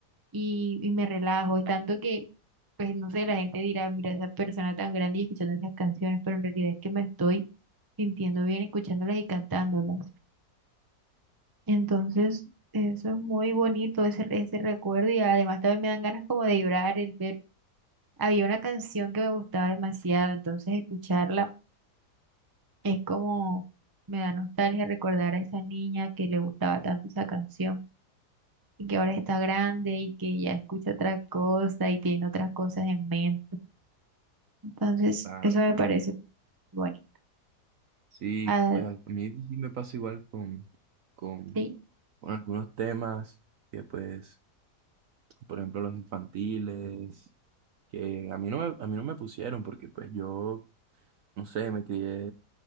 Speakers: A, on the right; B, on the right.
A: y, y me relajo, es tanto que, pues no sé, la gente dirá, mira, esa persona tan grande y escuchando esas canciones, pero en realidad es que me estoy sintiendo bien escuchándolas y cantándolas. Entonces, eso es muy bonito, ese, ese recuerdo, y además también me dan ganas como de llorar, el ver, había una canción que me gustaba demasiado, entonces escucharla es como, me da nostalgia recordar a esa niña que le gustaba tanto esa canción y que ahora está grande y que ya escucha otras cosas y tiene otras cosas en mente. Entonces,
B: Claro,
A: eso me
B: claro.
A: parece bonito.
B: Sí,
A: Ah,
B: pues a mí sí me pasa igual con, con,
A: sí,
B: con algunos temas que pues, por ejemplo, los infantiles, que a mí no me, a mí no me pusieron porque pues yo, no sé, me crié